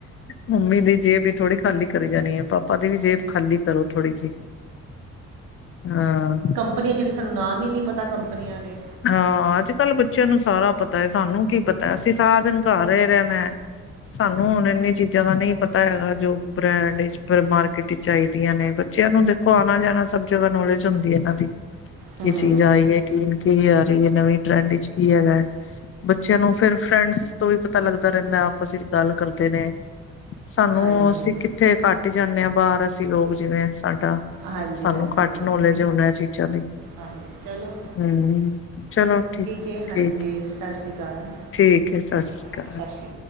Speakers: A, on the left (about 45°); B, on the right (about 90°).
A: ਮੰਮੀ ਦੀ ਜੇਬ ਈ ਥੋੜੀ ਖਾਲੀ ਕਰੀ ਜਾਣੀ ਹੈ ਪਾਪਾ। ਪਾਪਾ ਦੀ ਵੀ ਜੇਬ ਖਾਲੀ ਕਰੋ ਥੋੜੀ ਜਿਹੀ ਹਾਂ।
B: ਕੰਪਨੀਆਂ ਜਿਹੜੇ ਸਾਨੂੰ ਨਾਮ ਹੀ ਨਹੀਂ ਪਤਾ ਕੰਪਨੀਆਂ ਦੇ।
A: ਹਾਂ ਅੱਜ ਕੱਲ ਬੱਚਿਆਂ ਨੂੰ ਸਾਰਾ ਪਤਾ ਹੈ। ਸਾਨੂੰ ਕੀ ਪਤਾ ਅਸੀਂ ਸਾਰ ਦਿਨ ਘਰ ਰ ਰਹਿਣਾ ਸਾਨੂੰ ਹੁਣ ਇੰਨੀ ਚੀਜ਼ਾਂ ਦਾ ਨਹੀਂ ਪਤਾ ਹੈਗਾ ਜੋ ਬ੍ਰੈਂਡ। ਫ ਮਾਰਕੀਟ ਚ ਆਈਦੀਆਂ ਨੇ ਬੱਚਿਆਂ ਨੂੰ ਦੇਖੋ ਆਉਣਾ ਜਾਣਾ ਸਭ ਜਗਾ ਨੌਲੇਜ ਹੁੰਦੀ ਇਹਨਾਂ ਦੀ।
B: ਹੂੰ
A: ਕੀ ਚੀਜ਼ ਆਈ ਹੈ ਕੀ ਕੀ ਆ ਰਹੀ ਹੈ ਨਵੀਂ ਟਰੈਂਡ ਵਿੱਚ ਕੀ ਹੈਗਾ ਹੈ। ਬੱਚਿਆਂ ਨੂੰ ਫਿਰ ਫਰੈਂਡਸ ਤੋਂ ਵੀ ਪਤਾ ਲੱਗਦਾ ਰਹਿੰਦਾ ਆਪਸ ਵਿੱਚ ਗੱਲ ਕਰਦੇ ਨੇ। ਸਾਨੂੰ
B: ਹਾਂਜੀ
A: ਅਸੀਂ ਕਿੱਥੇ ਘੱਟ ਹੀ ਜਾਂਦੇ ਹਾਂ ਬਾਹਰ ਅਸੀਂ ਲੋਕ ਜਿਵੇਂ ਸਾਡਾ।
B: ਹਾਂਜੀ
A: ਸਾਨੂੰ
B: ਹਾਂਜੀ
A: ਘੱਟ ਨੋਲੇਜ ਅ ਹੁਣ ਇਹ ਚੀਜ਼ਾਂ ਦੀ।
B: ਹਾਂਜੀ ਚਲੋ।
A: ਹਮ ਚਲੋ ਠੀਕ
B: ਹੈ ਹਾਂਜੀ
A: ਠੀਕ।
B: ਸਤਿ ਸ਼੍ਰੀ ਅਕਾਲ
A: ਠੀਕ ਹੈ ਸਤਿ ਸ਼੍ਰੀ
B: ਸਤਿ
A: ਅਕਾਲ।
B: ਸ਼੍ਰੀ